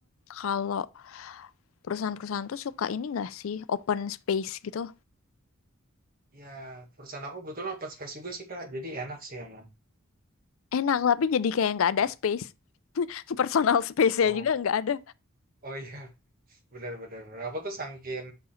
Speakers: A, on the left; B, on the right.
A: kalau perusahaan-perusahaan tuh suka ini nggak sih open space gitu.
B: Ya, perusahaan aku kebetulan open space juga sih Kak, jadi enak sih emang.
A: Enak tapi jadi kayak nggak ada space. <laughs> Personal space-nya
B: Oh,
A: juga nggak ada.
B: oh iya, <laughs> benar-benar. Aku tuh sangkin